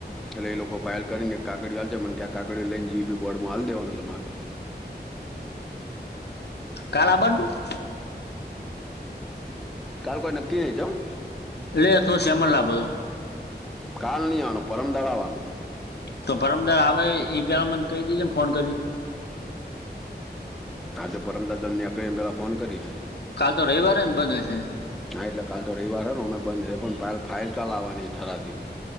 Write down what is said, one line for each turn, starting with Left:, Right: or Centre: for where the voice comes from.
Centre: એટલે એ લોકો ફાઇલ કરીને, કાગડીઓ હાલશે, મને કે આ કાગળડીયુ લઈને, જીબી બોર્ડમાં હાલ દેવાનું તમારે.
Left: કાલા <unintelligible>
Centre: કાલ કોઈ નક્કી નઈ.
Left: એટલે થોડો સેમન લાવવો તો
Centre: કાલ નઈ આવાનું, પરમ દાડ આવવાનો.
Left: તો પરમ દડ આવે, એ પહેલાં મને કહી દેજે, એમ ફોન કરી.
Centre: હા, તો એને પહેલાં ફોન કરીશ.
Left: કાલ તો રવિવાર બંધ.
Centre: હા, એટલે કાલ તો રવિવાર હને, અમે બંધ રેય પણ ફાઇલ કાલ આવવાની થરાથી